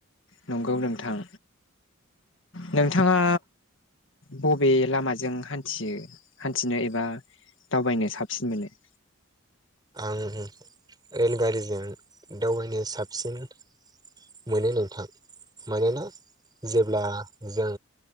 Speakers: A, on the left (about 60°); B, on the right (about 20°).
A: नंगौ नोंथां नोंथाङा बबे लामाजों हान्थियो हान्थिनो एबा दावबायनो साबसिन मोनो।
B: आं रेलगारिजों दावबायनो साबसिन मोनो नोंथां। मानोना जेब्ला जों